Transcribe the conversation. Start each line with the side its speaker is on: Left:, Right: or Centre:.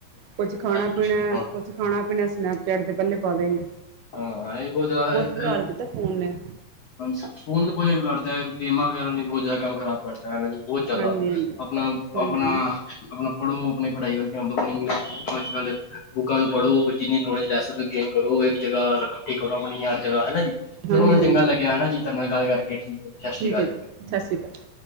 Right: ਕੁਛ ਖਾਣਾ
Left: ਦੁਸ਼ਮਣ
Right: ਪੀਣਾ
Left: ਹੁਣ।
Right: ਕੁਛ ਖਾਣਾ ਪੀਣਾ ਸਨੈਪਚੈਟ ਤੇ ਪਹਿਲੇ ਪਾ ਦੇਗੇ
Left: ਹਾਂ ਇਹ ਬੋ ਜੋ ਹੈ <unintelligible>
Right: ਬੁਰਾ ਹਾਲ ਕੀਤਾ ਫ਼ੋਨ ਨੇ
Left: ਹਾਂਜੀ ਸਕੂਲ ਨੇ ਬਹੁਤ ਜਾਦਾ ਵਿਗਾੜ ਤੇ ਹੇ ਗੇਮਾਂ ਵਗੈਰਾ ਨੇ ਬ ਜਾਦਾ ਕੰਮ ਖ਼ਰਾਬ ਕਰਦਾ ਹੈ ਹਨ ਜੀ ਬਹੁਤ ਜ਼ਿਆਦਾ
Right: ਹਾਂਜੀ ਹਾਂਜੀ
Left: ਆਪਣਾ
Right: ਹਾਂਜੀ
Left: ਆਪਣਾ ਆਪਣਾ ਪੜ੍ਹੋ ਆਪਣੀ ਪੜ੍ਹਾਈ ਵੱਲ ਧਿਆਨ ਦਿਓ ਆਪਣੀ ਇੰਗਲਿਸ਼ ਅਜ ਕੱਲ੍ਹ ਬੁੱਕਾਂ ਨੂੰ ਪੜ੍ਹੋ ਜਿੰਨੀ ਨੌਲੇਜ ਲੈ ਸਕਦੇ ਹੋ ਗੇਨ ਕਰੋ ਇੱਕ ਜਗਾ ਇਕੱਠੀ ਕਰੋ ਆਪਣੀ ਹਰ ਜਗ੍ਹਾ ਹਨਾ ਜੀ। ਚਲੋ
Right: ਹਾਂਜੀ
Left: ਮੈਨੂੰ ਚੰਗਾ
Right: ਹਾਂਜੀ
Left: ਲੱਗਿਆ ਹਨਾ ਜੀ ਤੁਹਾਡੇ ਨਾਲ ਗੱਲ ਕਰਕੇ ਠੀਕ ਹੈ ਜ ਸਤਿ
Right: ਠੀਕ
Left: ਸ਼੍ਰੀ ਅਕਾਲ
Right: ਹੈ
Left: ਜੀ।
Right: ਸਤਿ ਸ਼੍ਰੀ ਅਕਾਲ।